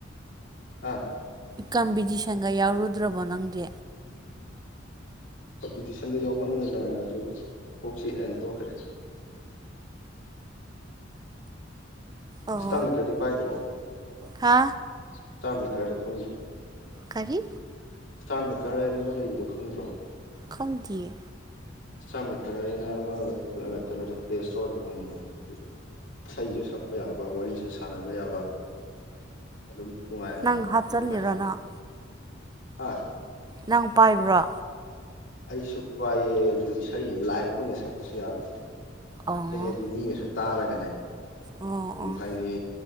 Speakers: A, on the left (about 75°); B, on the right (about 20°).
A: ꯑꯥ
B: ꯀꯝꯄꯤꯇꯤꯁꯟꯒ ꯌꯥꯎꯔꯨꯗ꯭ꯔꯕꯣ ꯅꯪꯗꯤ
A: ꯀꯝꯄꯤꯇꯤꯁꯟꯗ ꯌꯥꯎꯃꯟꯗꯅ ꯑꯗꯨ ꯀꯣꯛꯁꯤ ꯑꯦꯟ ꯇꯣꯛꯈ꯭ꯔꯦ <inaudible>
B: ꯑꯣ
A: ꯁꯤꯇꯥꯅꯠꯇꯔꯗꯤ ꯄꯥꯏꯗ꯭ꯔꯣ
B: ꯍꯥ
A: ꯏꯁꯇꯥꯔ ꯃꯦꯀꯔꯗꯨ ꯈꯪꯗ꯭ꯔꯣ
B: ꯀꯔꯤ
A: ꯏꯁꯇꯥꯔ ꯃꯦꯀꯔ ꯍꯥꯏꯅ ꯑꯃ ꯂꯩꯕꯗꯣ ꯈꯪꯗ꯭ꯔꯣ
B: ꯈꯪꯗꯤꯌꯦ
A: ꯁꯥꯔ ꯅꯠꯇ꯭ꯔ ꯑꯩꯅ ꯑꯃ ꯀꯩꯅꯣꯗ ꯄ꯭ꯂꯦ ꯏꯁꯇꯣꯔꯗ ꯐꯪꯕꯅꯦ ꯑꯗꯨ ꯏꯁꯩꯁꯨ ꯁꯛꯄ ꯌꯥꯕ ꯋꯥꯔꯤꯁꯨ ꯁꯥꯟꯅꯕ ꯌꯥꯕ ꯑꯗꯨ ꯑꯗꯨꯝꯕꯨ ꯇꯨꯡꯉꯥꯏꯕꯅꯤ
B: ꯅꯪ ꯍꯥꯞꯆꯜꯂꯤꯔꯣ
A: ꯗꯨꯄꯁꯤ
B: ꯅꯪ
A: ꯍꯥ
B: ꯅꯪ ꯄꯥꯏꯕ꯭ꯔꯣ
A: ꯑꯩꯁꯨ ꯄꯥꯏꯌꯦ ꯑꯗꯨ ꯏꯁꯩ ꯂꯥꯏꯞ ꯑꯣꯏꯅ ꯁꯛꯄꯁꯨ ꯌꯥꯕꯅꯤ
B: ꯑꯣ
A: ꯏꯁꯩ ꯍꯥꯏꯗꯤ ꯃꯤꯅꯁꯨ ꯇꯥꯔꯒꯅꯦ
B: ꯑꯣ
A: ꯎꯝ
B: ꯑꯣ
A: ꯍꯥꯏꯗꯤ